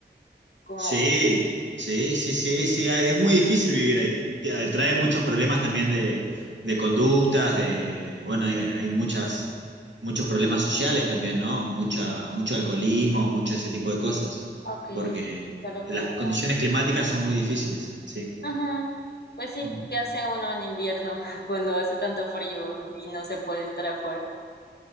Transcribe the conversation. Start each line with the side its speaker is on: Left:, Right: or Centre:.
Left: como,
Right: Sí, sí, sí, sí, sí, ah, es muy difícil vivir ahí. Te- ah, Trae muchos problemas también de, de conductas, de, bueno, hay, hay muchas, muchos problemas sociales también, ¿no? Mucha,
Left: mm,
Right: mucho alcoholismo, mucho ese tipo de cosas,
Left: ok,
Right: porque
Left: ya lo
Right: las
Left: creo.
Right: condiciones climáticas son muy difíciles, sí.
Left: ajá Pues sí,
Right: Mm,
Left: ¿qué hace uno en invierno <laughs> cuando hace tanto frío y no se puede estar afuera?